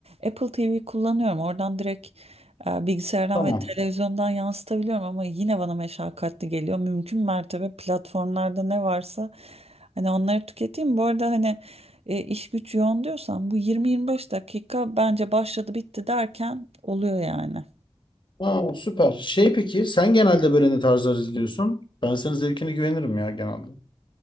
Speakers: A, on the right (about 70°); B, on the left (about 45°).
A: Apple TV kullanıyorum. Oradan direkt e, bilgisayardan
B: Tamam.
A: ve televizyondan yansıtabiliyorum ama yine bana meşakkatli geliyor. Mümkün mertebe platformlarda ne varsa hani onları tüketeyim. Bu arada hani e, iş güç yoğun diyorsan bu 20-25 dakika bence başladı bitti derken oluyor yani.
B: Aa, süper. Şey peki sen genelde böyle ne tarzlar izliyorsun? Ben senin zevkine güvenirim ya genelde.